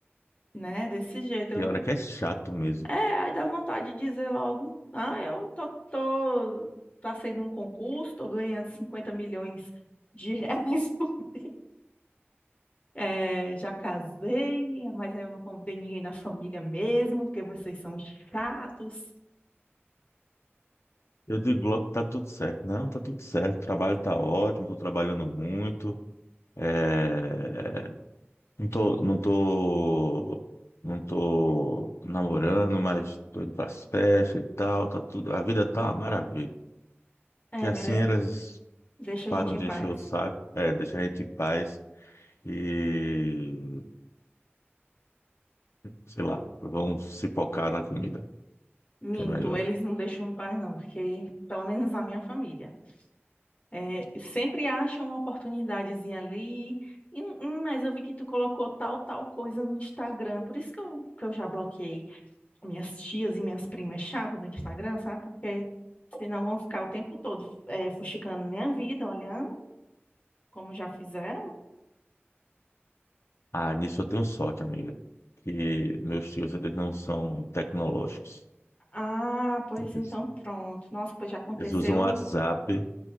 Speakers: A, on the left; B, on the left.
A: né, desse jeito.
B: Tem hora que é chato mesmo.
A: É, aí dá vontade de dizer logo, ah, eu tô, tô passei num concurso, tô ganhando cinquenta milhões de reais, <laughs> é, já casei, mas aí eu não convidei ninguém da família mesmo, porque vocês são chatos.
B: Eu digo logo que tá tudo certo. Não, tá tudo certo. O trabalho tá ótimo, tô trabalhando muito. É, Não tô, não tô, não tô namorando, mas tô indo pras festas e tal, tá tudo. A vida tá uma maravilha.
A: É,
B: Que assim
A: melhor,
B: elas
A: deixa
B: param
A: a gente em
B: de
A: paz.
B: encher o saco, é, deixar a gente em paz e, sei lá, vão se focar na comida,
A: Minto,
B: que é melhor.
A: eles não deixam em paz não, porque pelo menos a minha família. É, sempre acham uma oportunidadezinha ali, e, hum, mas eu vi que tu colocou tal, tal coisa no Instagram, por isso que eu, que eu já bloqueei minhas tias e minhas primas chatas do Instagram, sabe? Porque senão vão ficar o tempo todo é, fuxicando minha vida, olhando, como já fizeram.
B: Ah, nisso eu tenho sorte, amiga, que meus tios, eles não são tecnológicos.
A: Ah, pois
B: Eles
A: então pronto. Nossa, pois já aconteceu.
B: Eles usam WhatsApp,